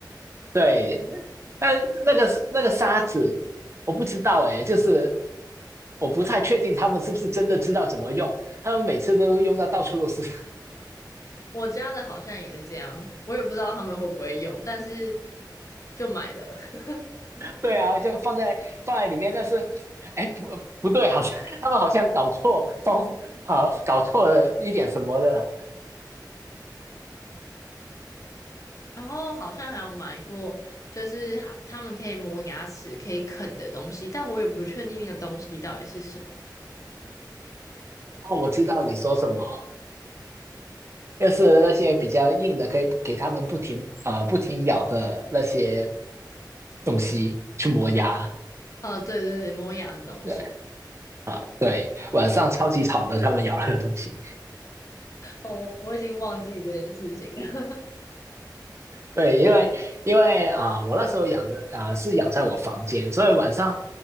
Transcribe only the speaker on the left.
我家的好像也是这样，我也不知道他们会不会用，但是就买了。<laughs>
然后好像还有买过，就是好他们可以磨牙齿、可以啃的东西，但我也不确定那个东西到底是什么。
呃，对对对，磨牙的东西，
哦，我已经忘记这件事情了。